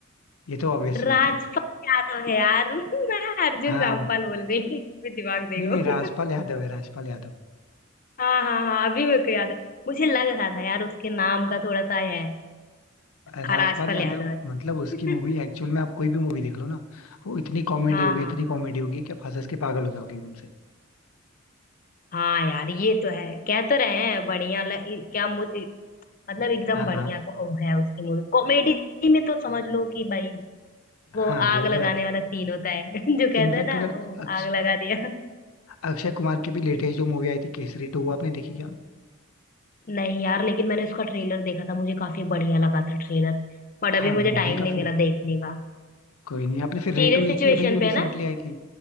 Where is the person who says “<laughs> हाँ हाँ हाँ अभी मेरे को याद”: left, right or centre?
Left